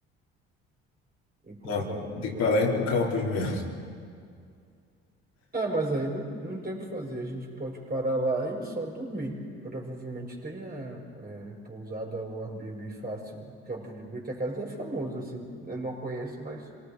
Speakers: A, on the right; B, on the left.
A: Encontrar
B: Nossa,
A: um,
B: tem
A: um meio.
B: que parar em Campos mesmo.
A: É, mas aí não, não tem o que fazer. A gente pode parar lá e só dormir. Provavelmente tenha é, pousada ou Airbnb fácil. Campo de Goytacazes é famoso, assim. Eu não conheço, mas